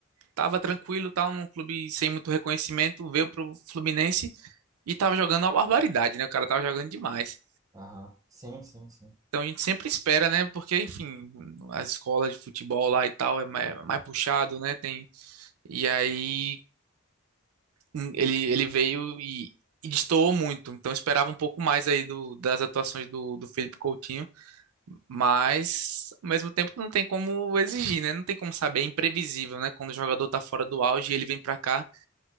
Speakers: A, on the right; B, on the right.
A: tava tranquilo, tal, num clube sem muito reconhecimento, veio pro Fluminense e tava jogando uma barbaridade, né? O cara tava jogando demais.
B: Aham. Sim, sim, sim.
A: Então a gente sempre espera, né? Porque, enfim, as escolas de futebol lá e tal é ma- é mais, puxado, né? Tem... E aí hum, ele, ele veio e, e destoou muito. Então eu esperava um pouco mais aí do, das atuações do, do Felipe Coutinho, mas ao mesmo tempo não tem como exigir, né? Não tem como saber, é imprevisível, né? Quando o jogador tá fora do auge e ele vem pra cá,